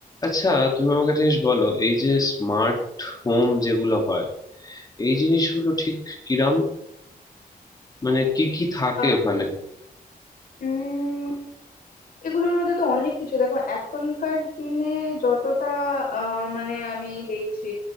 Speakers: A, on the left (about 25°); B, on the left (about 65°).
A: আচ্ছা তুমি আমাকে একটা জিনিস বলো এই যে স্মার্ট হোম যেগুলো হয় এই জিনিসগুলো ঠিক কিরাম মানে কি কি থাকে
B: আহ,
A: ওখানে
B: উম এগুলোর মধ্যে তো অনেক কিছু দেখো এখনকার দিনে যতটা আহ, মানে আমি দেখছি